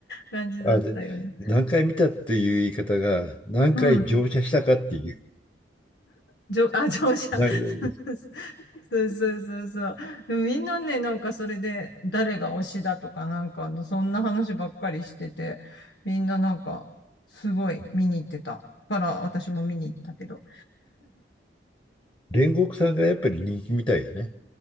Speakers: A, on the left (about 65°); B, on the left (about 25°).
A: な <laughs> 感じだったよね。
B: あ、で、何回見たっていう言い方が、何回乗車したかっていう。
A: うん。じょ、あ、乗車。
B: な <laughs>
A: <laughs> そうそうそうそう。でもみんなね、なんかそれで、誰が推しだとか、なんか、そんな話ばっかりしてて、みんななんか、すごい見に行ってた。だから、私も見に行ったけど。
B: 煉獄さんがやっぱり人気みたいよね。